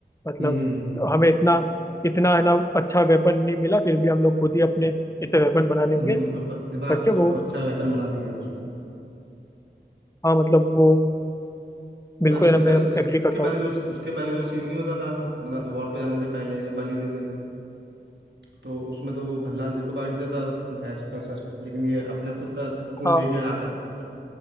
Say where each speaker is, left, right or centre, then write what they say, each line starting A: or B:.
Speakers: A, on the left; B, on the right.
A: मतलब
B: हम्म हम्म,
A: हमें इतना इतना है ना अच्छा वेपन नहीं मिला फिर भी हम लोग खुद ही अपने इसे वेपन बना लेंगे
B: हम्म, अपन दिमाग
A: करके
B: से
A: वो
B: उसको अच्छा वेपन बना दिया उसको
A: हाँ मतलब वो
B: प्लस
A: बिल्कुल
B: उसके
A: है ना
B: पहले
A: मैं
B: इसके
A: एग्री करता
B: पहले
A: हूँ
B: जो उसके पहले जो सीन नहीं होता था मतलब वॉर पे जाने से पहले जो बलि देते थे तो उसमें तो वो भल्लाल जो तो काट देता भैंस का सर लेकिन ये अपना खुद का खून
A: हाँ
B: दे के आता था